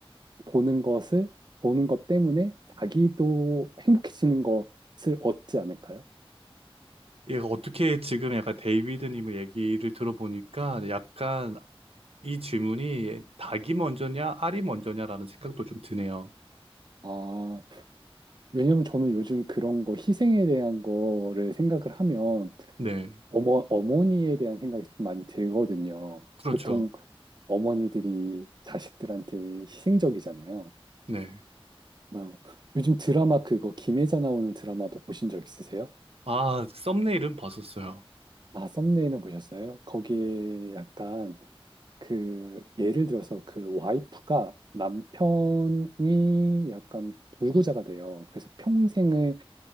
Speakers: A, on the right; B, on the right.
A: 보는 것을 보는 것 때문에 자기도 행복해지는 것을 얻지 않을까요?
B: 얘가 어떻게 지금 약간 데이비드님 의 얘기를 들어보니까 약간 이 질문이 닭이 먼저냐, 알이 먼저냐라는 생각도 좀 드네요.
A: 아, 왜냐면 저는 요즘 그런 거 희생에 대한 거를 생각을 하면
B: 네.
A: 어머, 어머니에 대한 생각이 좀 많이 들거든요.
B: 그렇죠.
A: 보통 어머니들이 자식들한테 희생적이잖아요.
B: 네.
A: 뭐, 요즘 드라마 그거 김혜자 나오는 드라마도 보신 적 있으세요?
B: 아, 썸네일은 봤었어요.
A: 아, 썸네일은 보셨어요? 거기에 약간 그 예를 들어서 그 와이프가 남편이 약간 불구자가 돼요. 그래서 평생을